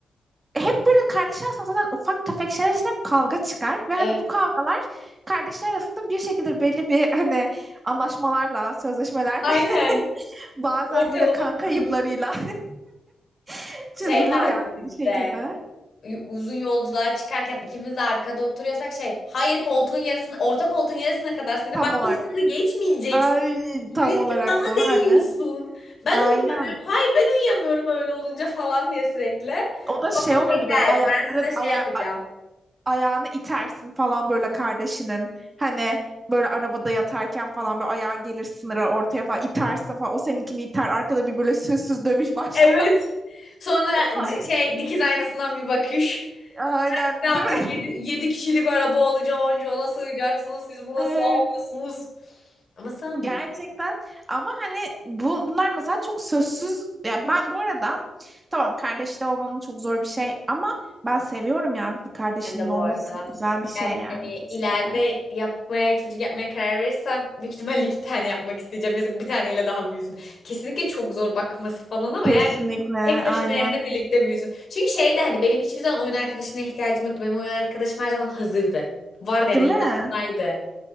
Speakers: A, on the right; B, on the left.
A: hep böyle kardeşler arasında zaten ufak tefek şeyler için hep kavga çıkar. Ve hani
B: Evet.
A: bu kavgalar kardeşler arasında bir şekilde belli bir hani anlaşmalarla, sözleşmelerle
B: Aynen.
A: <laughs> bazen
B: Orta
A: böyle
B: yola
A: kan
B: bozulur.
A: kayıplarıyla <laughs> çözülür
B: Şey vardı
A: yani
B: bizde.
A: bir şekilde.
B: y- Uzun yolculuğa çıkarken ikimiz de arkada oturuyorsak şey, hayır koltuğun yarısını, orta koltuğun yarısına kadar seni
A: Tam
B: bak
A: olarak.
B: bu sınırı geçmeyeceksin.
A: Ay
B: Bu
A: tam
B: herif
A: olarak
B: bana
A: o
B: değiyorsun.
A: hani.
B: Ben
A: Aynen.
B: uyuyamıyorum. Hayır ben uyuyamıyorum öyle olunca falan diye sürekli. Babam
A: O da şey
B: da
A: olurdu
B: şey
A: böyle
B: derdi.
A: ayakların
B: Ben size
A: aya
B: şey alacağım.
A: ayağını itersin falan böyle kardeşinin. Hani böyle arabada yatarken falan böyle ayağa gelir sınıra ortaya falan itersin falan. O seninkini iter. Arkada bir böyle sözsüz dövüş başlar.
B: Evet. Sonra
A: <laughs> Ay,
B: c- şey dikiz aynasından bir bakış.
A: Aynen
B: "Ben Artık
A: değil mi?
B: 7, kişilik araba olacağım. Onca ona sığacaksınız.
A: <laughs>
B: Siz buna
A: Ay.
B: sığamıyorsunuz. Ama sığamıyoruz.
A: Gerçekten ama hani bu, bunlar mesela çok sözsüz yani ben bu arada tamam kardeşli olmanın çok zor bir şey ama ben seviyorum yani bir kardeşinin
B: Ben de bu
A: olması
B: arada.
A: güzel bir şey
B: Yani
A: yani
B: hani
A: kesinlikle.
B: ileride yapmaya, çocuk yapmaya karar verirsem büyük ihtimalle iki tane yapmak isteyeceğim. Yazık bir taneyle daha büyüsün. Kesinlikle çok zor bakması falan ama
A: Kesinlikle
B: yani tek başına
A: aynen
B: yerine birlikte büyüsün. Çünkü şey de hani benim hiçbir zaman oyun arkadaşına ihtiyacım yoktu. Benim oyun arkadaşım her zaman hazırdı. Vardı yani
A: değil
B: elimin
A: mi?
B: altındaydı.